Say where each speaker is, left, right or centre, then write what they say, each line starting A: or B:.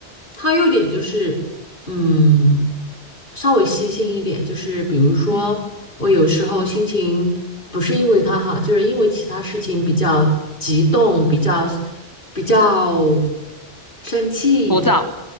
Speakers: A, on the left; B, on the left.
A: 他有点就是，嗯，稍微细心一点，就是比如说我有时候心情不是因为他哈，
B: 嗯
A: 就是因为其他事情比较激动，比较比较生气，
B: 浮躁，